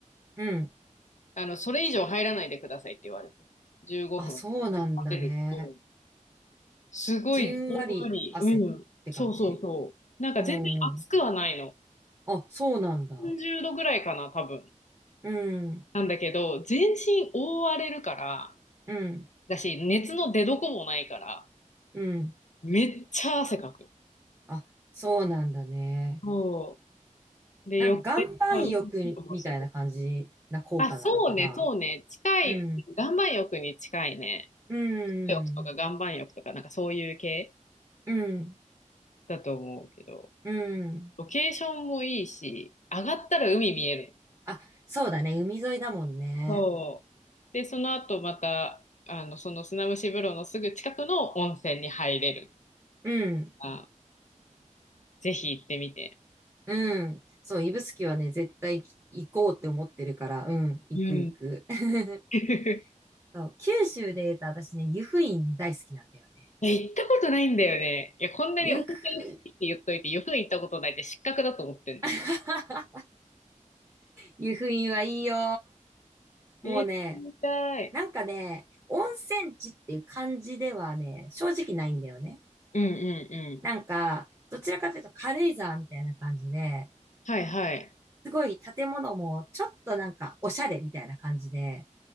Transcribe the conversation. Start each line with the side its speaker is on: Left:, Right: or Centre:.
Right: うん。
Left: あの、それ以上入らないでくださいって言われて、15分食
Right: あ、そうなんだね。
Left: べると、すごいじんわり、
Right: じんわり汗って感じ
Left: うん、そうそうそう。なんか全然熱くはないの。
Right: うん。あ、そうなんだ。
Left: 30度ぐらいかな、多分。
Right: うん、
Left: なんだけど、全身覆われるから、
Right: うん、
Left: だし、熱の出どこもないから、
Right: うん。
Left: めっちゃ汗かく。
Right: あ、そうなんだね。
Left: そう。で、
Right: なんか岩盤浴みたいな感じな効果なのかな。
Left: 横で、あ、うん、うんもする。あ、そうね、そうね。近い、
Right: うん、
Left: 岩盤浴に近いね。
Right: うん、
Left: 岩盤浴とか岩盤浴とか、なんかそういう系
Right: うん、
Left: だと思うけど。
Right: うん。
Left: ロケーションもいいし、上がったら海見える。
Right: あ、そうだね。海沿いだもんね。
Left: そう。で、その後また、あの、その砂蒸し風呂のすぐ近くの温泉に入れる。
Right: うん。
Left: あ、ぜひ行ってみて。
Right: うん。そう、指宿はね、絶対行こうって思ってるから、うん、行く行く。
Left: うん。
Right: <laughs>
Left: <laughs>
Right: そう、九州で言うと私ね、湯布院大好きなんだよね。
Left: え、行ったことないんだよね。いや、こんなに温泉好きって言っといて、
Right: 湯布院。
Left: よく行ったことないって失格だと思ってんの。
Right: <laughs> 湯布院はいいよ。もうね、
Left: えー、行きたい。
Right: なんかね、温泉地っていう感じではね、正直ないんだよね。
Left: うんうんうん。
Right: なんか、どちらかというと軽井沢みたいな感じで、
Left: はいはい。
Right: すごい建物もちょっとなんかおしゃれみたいな感じで、